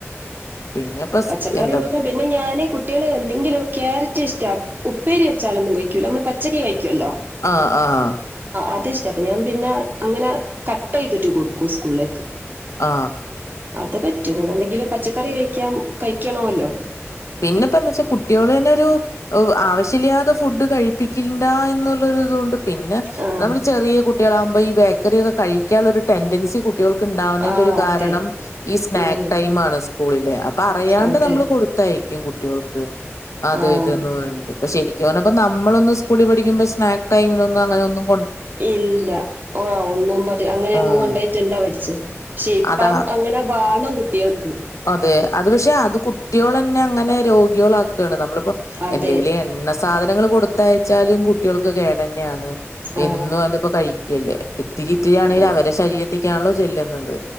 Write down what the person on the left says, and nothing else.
പിന്നെപ്പോ സ്
എന്താ
ആ ആഹ്
ആ
പിന്നെപ്പന്ന് വെച്ചാ കുട്ട്യാള്നൊരു ഓ ആവശ്യല്ലാതെ ഫുഡ് കഴിപ്പിക്ക്ണ്ടാ എന്നുള്ളൊരുതുണ്ട് പിന്നെ
നമ്മൾ ചെറിയ കു കുട്ട്യാളാകുമ്പോ ഈ ബേക്കറിയക്കെ കഴിക്കാള്ളൊരു ടെൻഡൻസി കുട്ടികൾ ക്ക് ഉണ്ടാവ്ന്നതിൻ്റെ
ഒരു കാരണം
ഈ സ്നാക്ക്
ടൈമാണ് സ്കൂളിലെ അപ്പൊ അറിയാണ്ട്
നമ്മള് കൊടു കഴിക്കും കുട്ടികൾക്ക് അത്
ഇത് ന്ന് പറഞ്ഞിട്ട് പ ശരിക്ക് പറഞ്ഞാപ്പോ നമ്മളൊന്ന് സ്കൂളിൽ പഠിക്കുമ്പോ സ്നാക്ക് ടൈമിനൊന്നങ്ങനൊന്നും
ഉം
അതാ
അതെ. അത് പക്ഷെ അത് കുട്ട്യാളെന്നെ അങ്ങനെ രോഗ്യാള് ആക്കാണ് നമ്മളിപ്പോ
എന്തേലും എണ്ണ സാധനങ്ങള് കൊട്ത്തയച്ചാലും കുട്ട്യാള്ക്ക് കേടെന്നെയാണ്
എന്നും അത്പ്പോ കഴിക്കല്ലേ ഇത്തിരിത്തിരിയാണെങ്കിലും
അവരെ ശരീരത്തിക്കാണല്ലോ ചെല്ലുന്നത്